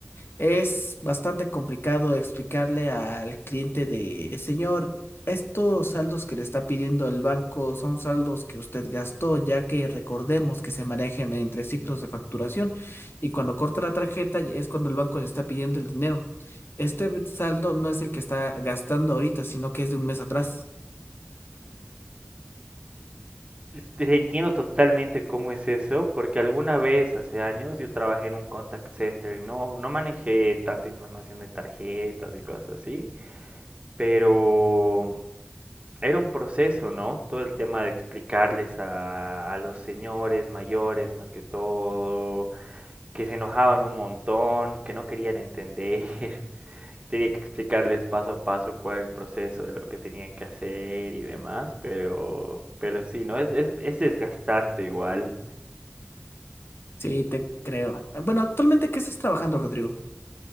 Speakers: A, on the left; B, on the right.
A: Es bastante complicado explicarle al cliente de, señor, estos saldos que le está pidiendo el banco son saldos que usted gastó, ya que recordemos que se manejan entre ciclos de facturación y cuando corta la tarjeta ya es cuando el banco le está pidiendo el dinero. Este saldo no es el que está gastando ahorita, sino que es de un mes atrás.
B: Sí, Entiendo totalmente cómo es eso, porque alguna vez hace años yo trabajé en un contact center, no, no manejé tanta información de tarjetas y cosas así, pero mm, era un proceso, ¿no? Todo el tema de explicarles a, a los señores mayores más que todo, que se enojaban un montón, que no querían entender, <laughs> Tenía que explicarles paso a paso cuál era el proceso de lo que tenían que hacer y demás, pero, pero sí, ¿no? Es, es, es desgastante igual.
A: Sí, te creo. Bueno, ¿actualmente qué estás trabajando, Rodrigo?